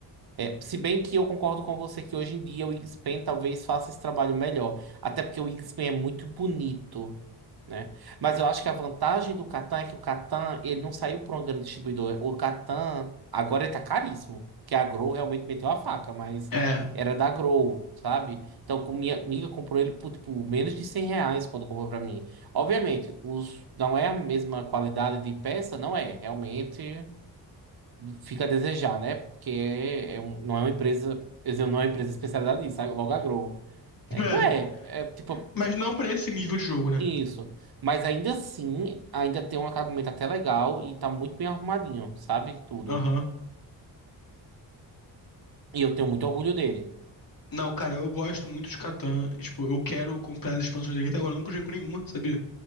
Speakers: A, on the right; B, on the left.
A: É, se bem que eu concordo com você que hoje em dia o Wingspan talvez faça esse trabalho melhor. Até porque o Wingspan é muito bonito, né? Mas eu acho que a vantagem do Catan é que o Catan, ele não saiu por um grande distribuidor. O Catan, agora ele tá caríssimo. Que a Grow realmente meteu a faca, mas
B: É.
A: era da Grow, sabe? Então, com- minha amiga comprou ele por, tipo, menos de 100 reais quando comprou pra mim. Obviamente, os, não é a mesma qualidade de peça, não é. Realmente fica a desejar, né? Porque é, é um- não é uma empresa, quer dizer, não é uma empresa especializada nisso, sabe? logo a
B: <laughs>
A: É, não é,
B: É.
A: é tipo
B: Mas não pra esse nível de jogo, né?
A: isso. Mas ainda assim, ainda tem um acabamento até legal e tá muito bem arrumadinho, sabe? Tudo.
B: Aham.
A: E eu tenho muito orgulho dele.
B: Não, cara, eu gosto muito de Catan. Tipo, eu quero comprar as expansões dele que até agora eu nunca joguei com nenhuma, sabia?